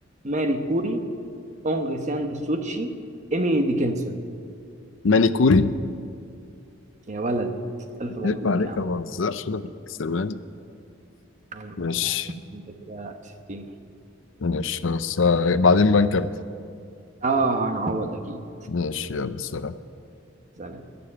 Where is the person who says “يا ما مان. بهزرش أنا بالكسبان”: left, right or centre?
Left